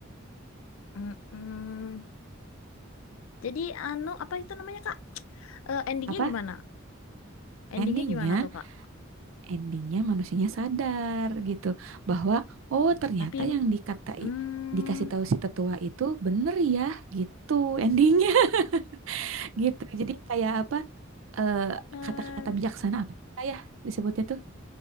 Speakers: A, on the left; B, on the right.
A: Mm-mm. Jadi anu apa itu namanya Kak? Eh, endingnya
B: Apa?
A: gimana? Endingnya
B: Endingnya,
A: gimana tuh Kak?
B: endingnya manusianya sadar gitu bahwa oh ternyata
A: Tapi
B: yang dikatai
A: mm,
B: dikasih tahu si tetua itu bener ya gitu endingnya <laughs> gitu. Jadi kayak apa? eh,
A: Nah,
B: kata-kata bijaksana apa ya disebutnya tuh